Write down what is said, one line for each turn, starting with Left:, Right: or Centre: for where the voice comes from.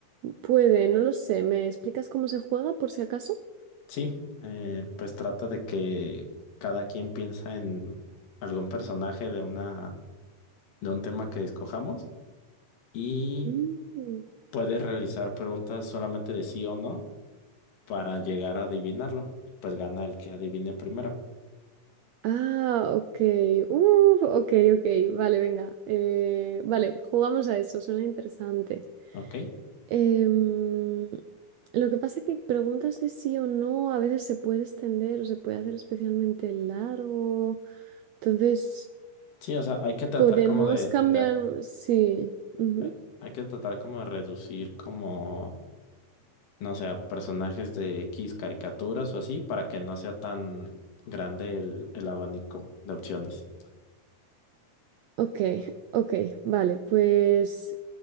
Right: puede, no lo sé. ¿Me explicas cómo se juega por si acaso?
Left: Sí, eh, pues trata de que cada quien piensa en algún personaje de una, de un tema que escojamos y
Right: Mm,
Left: puedes realizar preguntas solamente de sí o no para llegar a adivinarlo. Y pues gana el que adivine primero.
Right: Ah, ok. Uf, ok, ok. Vale, venga. Eh, vale, jugamos a eso, suena interesante.
Left: ¿Ok?
Right: Em, lo que pasa es que preguntas de sí o no a veces se puede extender o se puede hacer especialmente largo. Entonces,
Left: Sí, o sea, hay que tratar
Right: podemos
Left: como de,
Right: cambiar.
Left: de-
Right: Sí. ujú.
Left: hay, hay que tratar como de reducir como, no sé, a personajes de X caricaturas o así para que no sea tan grande el, el abanico de opciones.
Right: Ok, ok, vale, pues